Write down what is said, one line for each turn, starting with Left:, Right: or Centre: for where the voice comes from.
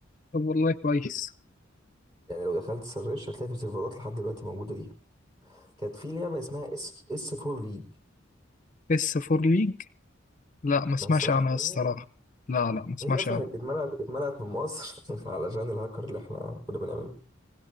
Left: طب والله كويس
Right: يعني لو دخلت سرش هتلاقي في سيرفرات لحد دلوقتي موجوده ليها كانت في لعبه اسمها اس اس 4 ليج
Left: اس فور ليج لا ما اسمعش
Right: ما سمعت
Left: عنها
Right: عنها
Left: الصراحه لا لا ما اسمعش
Right: هي اصلا
Left: عنها
Right: اتمنعت اتمنعت من مصر <laughs> علشان الهاكر اللي احنا كنا بنعمله